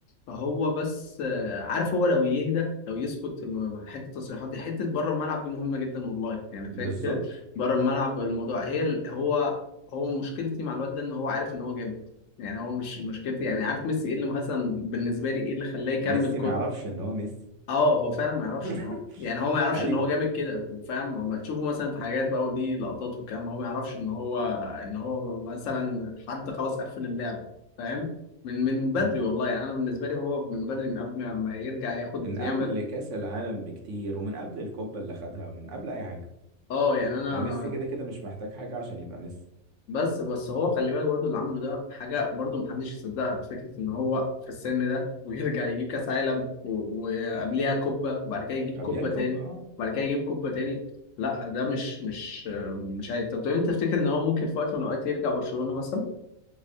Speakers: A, on the left; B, on the right.
A: هو بس آه، عارف هو لو يهدى لو يسكت م- حته التصريحات دي حته بره الملعب دي مهمه جدا والله يعني
B: بالظبط
A: فيها كتير بره الملعب الموضوع هي ال- هو هو مشكلتي مع الواد ده ان هو عارف ان هو جامد يعني هو مش مشكلتي يعني عارف ميسي ايه اللي مثلا بالنسبه لي ايه اللي خلاه يكمل
B: ميسي ما يعرفش ان هو ميسي
A: اه هو فعلا ما يعرفش
B: <laughs>
A: ان هو يعني هو ما يعرفش
B: ايوه
A: ان هو جامد كده وفاهم لما تشوفه مثلا في حاجات بقى ودي لقطات وكام هو ما يعرفش ان هو ان هو مثلا حد خلاص قفل اللعبه فاهم من من بدري
B: مم.
A: والله يعني انا بالنسبه لي هو من بدري من قبل ما ما يرجع ياخد
B: من
A: يعمل
B: قبل كاس العالم بكتير ومن قبل الكوبا اللي خدها ومن قبل اي حاجه
A: اه يعني انا
B: هو ميسي كده كده مش محتاج حاجه عشان يبقى ميسي
A: بس بس هو خلي بالك برضه اللي عمله ده حاجة برضه محدش يصدقها فكرة إن هو في السن ده ويرجع يجيب كأس عالم و- وقبليها كوبا وبعد كده يجيب كوبا
B: قبلها الكوبا
A: تاني
B: اه
A: وبعد كده يجيب كوبا تاني لا ده مش مش مش عادي طب طب أنت تفتكر إن هو ممكن في وقت من الأوقات يرجع برشلونة مثلا